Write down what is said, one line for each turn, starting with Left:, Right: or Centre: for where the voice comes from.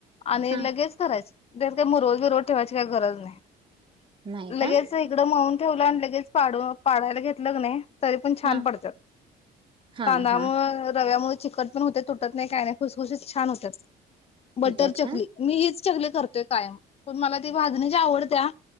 Left: आणि
Right: हा
Left: लगेच करायच त्यात काही मुरवत बीरवत ठेवायची काय गरज नाही
Right: नाही
Left: लगेच
Right: का
Left: इकडं मळून ठेवलं आणि लगेच पडायला घेतलं कनाय पण छान
Right: हा
Left: पडतात
Right: हा
Left: तांदमुळे
Right: हा
Left: रव्यामुळे चिकट पण होते तुटत नाही काय नाही खुसखुशीत छान होतात बटर
Right: होत्यात
Left: चकली
Right: का
Left: मी हिच चकली करतेय कायम पण मला ती भाजणी ची आवडत्या